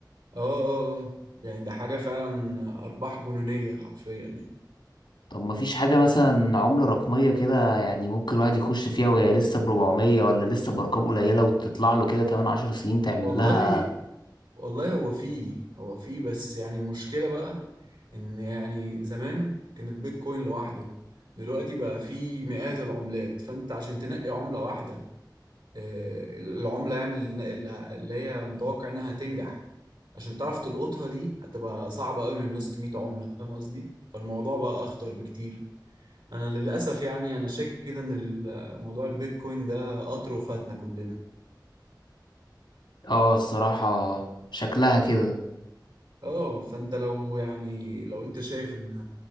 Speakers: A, on the right; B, on the left.
A: اه اه آه. يعني ده حاجة فعلا أرباح جنونية حرفيا يعني
B: طب ما فيش حاجة مثلا عملة رقمية كده يعني ممكن الواحد يخش فيها وهي لسه بربعمية ولا لسه بأرقام قليلة وتطلع له كده كمان عشر سنين تعمل
A: والله
B: لها
A: والله هو فيه هو فيه بس يعني المشكلة بقى إن يعني زمان كان البيتكوين لوحده دلوقتي بقى فيه مئات العملات فأنت عشان تنقي عملة واحدة آه، العملة يعني اللي اللي هي متوقع إنها هتنجح عشان تعرف تلقطها دي هتبقى صعبة قوي من وسط 100 عملة فاهم قصدي؟ فالموضوع بقى أخطر بكتير أنا للأسف يعني أنا شاكك كده إن ال- موضوع البيتكوين ده قطر وفاتنا كلنا
B: اه الصراحة شكلها كده
A: اه فانت لو يعني لو انت شايف ان